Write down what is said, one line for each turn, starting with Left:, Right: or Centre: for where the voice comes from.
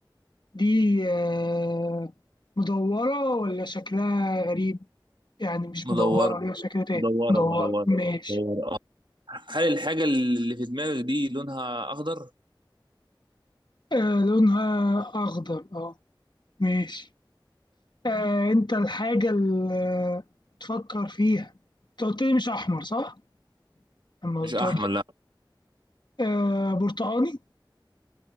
Left: دي آه، مدورة ولا شكلها غريب؟ يعني مش
Right: مدورة
Left: مدورة ليها شكل تاني
Right: مدورة
Left: مدورة
Right: مدورة
Left: ماشي
Right: مدورة آه. هل الحاجة اللي في دماغك دي لونها أخضر؟
Left: آه لونها أخضر أه ماشي آه أنت الحاجة اللي تفكر فيها أنت قلت لي مش أحمر صح؟ لما قلت
Right: مش أحمر
Left: لك
Right: لا
Left: آه برتقاني